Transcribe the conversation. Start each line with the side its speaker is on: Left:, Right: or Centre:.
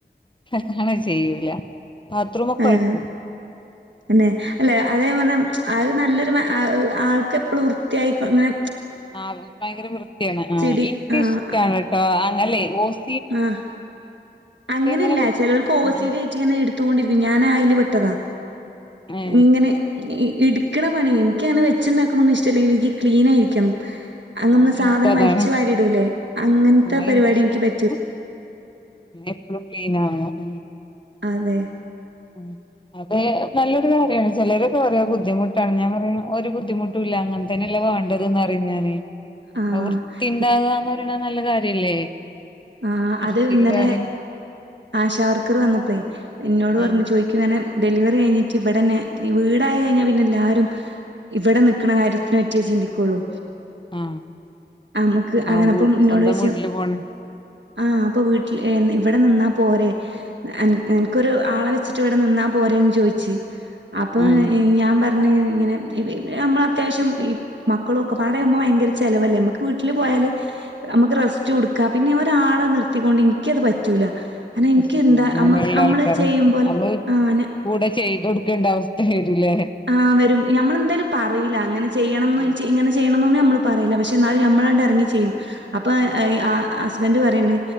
Left: ക്കണ ചെയ്യൂല. ബാത്റൂമൊക്കെ
Right: ആണോ
Left: ഒരക്കും
Right: എന്നെ അല്ലെ അതേ പറഞ്ഞെ അത് നല്ലൊരു ആൾക്കെപ്പളും വൃത്തിയായികണം ഇങ്ങനെ
Left: ആഹ് ഭയങ്കര വൃത്തിയാണ് ആഹ്
Right: ഡി
Left: എനക്ക്
Right: ആഹ്
Left: ഇഷ്ടാണിട്ടോ ല്ലേ ഓസ്
Right: ആഹ് അങ്ങനെയല്ല
Left: അങ്ങനെ വൃ
Right: ചിലവർക്ക് ഓസിഡി
Left: ഉം
Right: അയിറ്റിങ്ങനെ ഇട് തോണ്ടിരിക്കും ഞാനാ അയില് പെട്ടതാ.
Left: ഏ
Right: ഇങ്ങനെ ഈ എടുക്കണ പണി എനക്കങ്ങനെ വെച്ചുണ്ടാക്കണൊന്നു ഇഷ്ടല്ല എനിക്ക് ക്ലീനായിരിക്കണം അങ്ങൊന്ന്
Left: ആ
Right: സാധനം
Left: എനിക്കും അതാണ്
Right: വലിച്ചു വാരിടൂല്ലേ അങ്ങനത്തെ
Left: ആ
Right: പരിപാടി
Left: എനിക്കിഷ്ടാണ്
Right: എനിക്ക് പ
Left: എപ്പളും ക്ലീനാവണം.
Right: അതെ
Left: ഉം അതെ നല്ലൊരു കാര്യമാണ് ചിലരൊക്കെ പറയും ബുദ്ധിമുട്ടാണ് ഞാൻ പറയും ഒരു ബുദ്ധിമുട്ടുംല്ല അങ്ങന തന്നേല്ലെ വെണ്ടതെന്ന് പറയും ഞാൻ
Right: ആഹ്
Left: വൃത്തി ഉണ്ടാകാന്
Right: ഇ-
Left: ടാൻ നല്ല കാര്യല്ലേ
Right: ആഹ്
Left: വൃത്തിയില്
Right: അത് ഇന്നലെ
Left: കാര്യം
Right: ആശാവർക്കറ് വന്നപ്പേ എന്നോട് പറഞ്ഞു
Left: ആ
Right: ചോയിക്കുവാനേ ഡെലിവറി കഴിഞ്ഞിട്ട് ഇവിടന്നെ ഈ വീടായി കഴിഞ്ഞാ പിന്നെ എല്ലാരും ഇവടെ നിക്ക്ണ കാര്യത്തിന പറ്റിയേ ചിന്തിക്കൊള്ളൂ
Left: ആഹ്
Right: അമുക്ക് അങ്ങനപ്പം
Left: ആഹ്
Right: എന്നോടോയ്ച്ചു
Left: സ്വന്തം വീട്ടില് പോണ്
Right: ആഹ് അപ്പൊ വീട്ടില് ഏന്ന് ഇവടെ നിന്നാ പോരേ എൻ എൻക്കൊരു ആളെ വെച്ചിട്ടിവിടെ നിന്നാ പ് പോരേന്ന് ചോയിച്ച് അപ്പോ
Left: ആഹ്
Right: ഈ ഞാമ്പറ് ന്നീ ഇങ്ങനെ <unintelligible> അമ്മളത്യാവശ്യം ഈ മക്കളൊക്കെപ്പാടെയാമ്പോ ഭയങ്കര ചെലവല്ലേ മ്മക്ക് വീട്ടില് പോയാല് അമ്മുക്ക് റസ്റ്റ് കൊടുക് പിന്നെ ഒരാളെ നിർത്തിക്കൊണ്ട് ഇനിക്കത് പറ്റൂല കാരണം എനിക്ക്
Left: അത് ശരിയാ
Right: എന്താ
Left: അങ്ങനെള്ള
Right: നമ്മക്ക് നമ്മള്
Left: ആൾക്കാര
Right: ചെയ്യുമ്പോൾ
Left: നമ്മള്
Right: ആഹ്
Left: കൂടെ ചെയ്തൊടുക്കേണ്ട അവസ്ഥ വരൂല്ലേ
Right: ആഹ് വരും ഞമ്മളെന്തേലും പറയില്ല അങ്ങനെ ചെയ്യണംന്ന്
Left: ഉം
Right: ഇ ചെയ് ഇങ്ങനെ ചെയ് യ്യണന്നൊന്നും ഞമ്മള് പറയില്ല പക്ഷ് എന്നാലും ഞമ്മളാണ്ട് എറങ്ങി ചെയ്യും അപ്പൊ ഐ ആ ഹസ്ബൻഡ് പറയണ്ട്